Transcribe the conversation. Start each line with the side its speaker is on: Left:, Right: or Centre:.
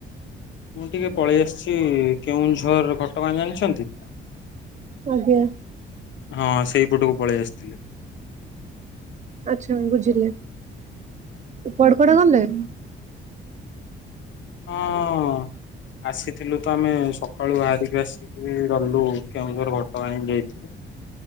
Left: ମୁଁ ଟିକେ ପଳେଇ ଆସିଛି କେଉଁଝର ଘଟଗାଁ ଜାଣିଛନ୍ତି।
Right: ଓହୋ।
Left: ହଁ ସେଇପଟକୁ ପଳେଇ ଆସିଥିଲି।
Right: ଆଚ୍ଛା ବୁଝିଲି କୁଆଡ଼େ କୁଆଡେ ଗଲେ?
Left: ହଁ। ଆସିଥିଲୁ ତ ଆମେ ସକାଳୁ ବାହାରିକି ଆସିକି ଗଲୁ କେଉଁଝର ଘଟ ଗାଁ ଯାଇଥିଲୁ।